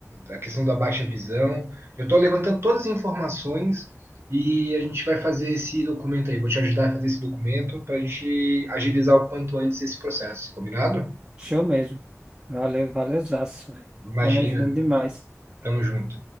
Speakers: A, on the right; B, on the right.
A: a questão da baixa visão. Eu estou levantando todas as informações e a gente vai fazer esse documento aí. Vou te ajudar a fazer esse documento para a gente agilizar o quanto antes esse processo, combinado?
B: Show mesmo. Valeu, valeu, zaço, velho.
A: Imagina,
B: Tá me ajudando demais.
A: tamo junto.